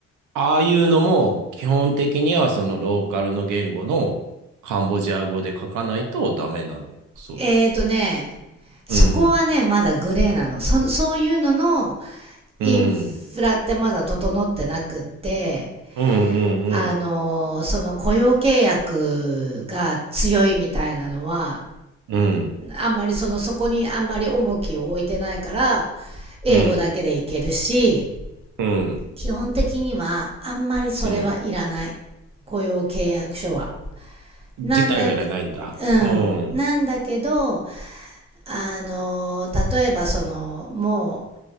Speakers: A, on the right (about 75°); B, on the right (about 20°).
A: ああいうのも基本的にはそのローカルの言語のカンボジア語で書かないとダメなの、それって。
B: えーとね、そこはね、
A: うん、
B: まだグレーなの。そ、そういうのの
A: うん、
B: インフラってまだ整ってなくって、
A: うん、うん、
B: あのーその雇用契約が強いみたいなのは、
A: うん、
B: あんまりそのそこにあんまり重きを置いてないから英語だけでいけるし
A: うん、うん、
B: 基本的にはあんまりそれはいらない
A: うん。
B: 雇用契約書は。
A: 自体がいらないんだ。
B: なんだけうんなんだけど
A: うん、
B: あの例えばそのもう